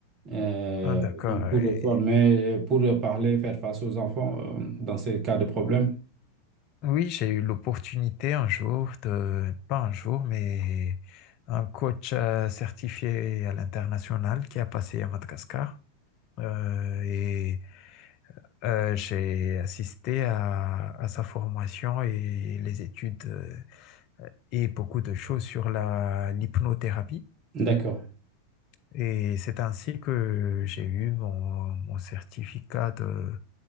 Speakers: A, on the right; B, on the left.
A: euh,
B: Ah d'accord.
A: donc
B: ah
A: pour
B: oui,
A: former, pour parler, faire face aux enfants euh, dans ces cas de problème.
B: Oh, Oui, j'ai eu l'opportunité un jour de, pas un jour, mais un coach euh, certifié à l'international qui a passé à Madagascar. Euh, et euh, j'ai assisté à, à sa formation et les études. euh, et beaucoup de choses sur la, l'hypnothérapie.
A: D'accord.
B: Et c'est ainsi que j'ai eu mon, mon certificat de,